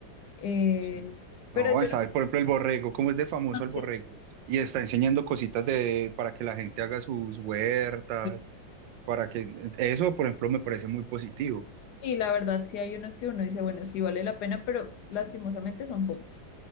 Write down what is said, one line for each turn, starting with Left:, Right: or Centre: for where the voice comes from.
Left: Eh,
Right: Sí.
Left: pero
Right: No,
Left: yo
Right: está, por ejemplo, el borrego, ¿cómo es de famoso
Left: también,
Right: el borrego? Y está enseñando cositas de, para que la gente haga sus huertas,
Left: sí,
Right: para que eso, por ejemplo, me parece muy positivo.
Left: sí, la verdad, sí hay unos que uno dice, bueno, sí vale la pena, pero lastimosamente son pocos.